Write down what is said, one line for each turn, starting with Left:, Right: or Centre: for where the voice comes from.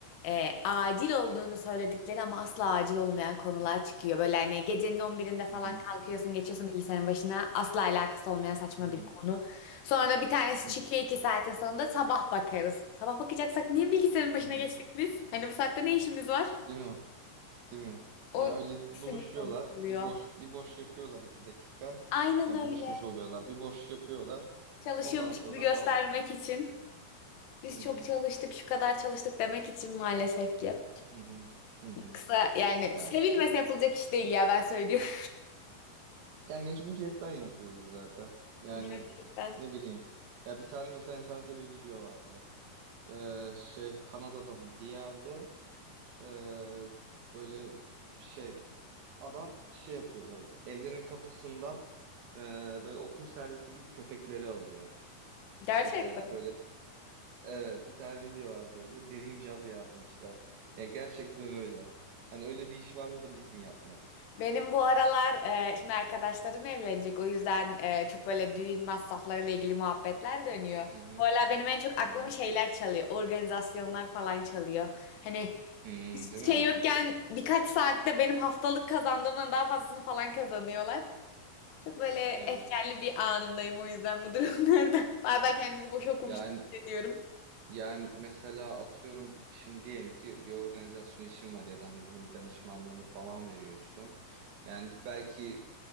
Left: e, acil olduğunu söyledikleri ama asla acil olmayan konular çıkıyor. Böyle hani gecenin on birinde falan
Right: Hı hı.
Left: kalkıyorsun, geçiyorsun bilgisayarın başına. Asla alakası olmayan saçma
Right: Hı hı.
Left: bir konu. Sonra da bir tanesi
Right: Hı
Left: çıkıyor
Right: hı.
Left: iki saatin sonunda sabah bakarız. Sabah bakacaksak niye bilgisayarın başına
Right: Hı hı.
Left: geçtik biz? Hani bu saatte ne işimiz var?
Right: Değil mi? Değil mi?
Left: O
Right: Ya öyle
Left: sinir
Right: buluşuyorlar.
Left: bozuluyor.
Right: Bir boş bir boş yapıyorlar iki dakika.
Left: Aynen
Right: Ya
Left: öyle.
Right: buluşmuş oluyorlar. Bir boş yapıyorlar.
Left: Çalışıyormuş
Right: Ondan sonra
Left: gibi göstermek
Right: tamam.
Left: için. Biz
Right: Hı hı,
Left: çok çalıştık, şu kadar çalıştık demek için maalesef ki.
Right: hı hı, hı hı.
Left: Yoksa yani
Right: Ya
Left: sevilmese
Right: işte.
Left: yapılacak iş değil ya ben söylüyorum.
Right: Ya mecburiyetten yapıyoruz zaten. Yani
Left: <laughs> Gerçekten.
Right: ne bileyim. Ya bir tane mesela internette bir video vardı. Ee, şey Kanada'da mı bir yerde ee, böyle şey adam şey yapıyor böyle evlerin kapısından ee, böyle okul servisi gibi köpekleri alıyor.
Left: Gerçekten.
Right: Mesela böyle evet bir tane video vardı öyle Dream Job yazmışlar. Ya gerçekten öyle. Hani öyle bir iş vardı da biz mi yapmadık?
Left: Benim bu aralar e, şimdi arkadaşlarım evlenecek. O yüzden e, çok böyle düğün masraflarıyla ilgili muhabbetler dönüyor.
Right: Hı hı,
Left: Bu aralar benim en çok aklımı
Right: hı hı.
Left: şeyler çalıyor. Organizasyonlar falan çalıyor. Hani
Right: Hmm,
Left: hiçbir
Right: değil mi?
Left: şey yokken birkaç saatte benim haftalık kazandığımdan daha fazlasını falan kazanıyorlar. Çok böyle
Right: Evet.
Left: efkarlı bir anımdayım o yüzden bu durumlarda. <laughs> Bazen kendimizi boş okumuş
Right: Yani
Left: gibi hissediyorum.
Right: yani mesela atıyorum şimdi diyelim ki bir organizasyon işin var ya da hani bunun bir danışmanlığını falan veriyorsun. Yani belki